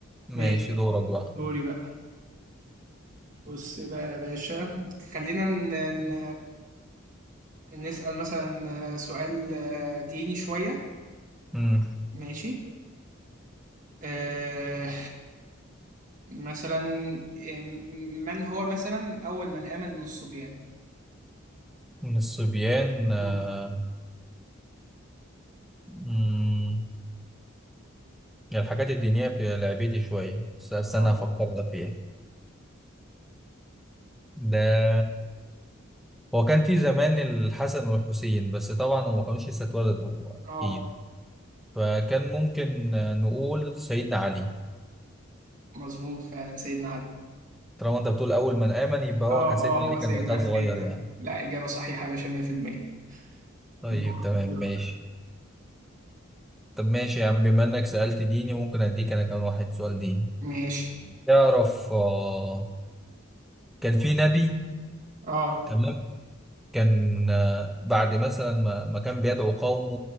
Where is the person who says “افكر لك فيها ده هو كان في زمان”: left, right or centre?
Centre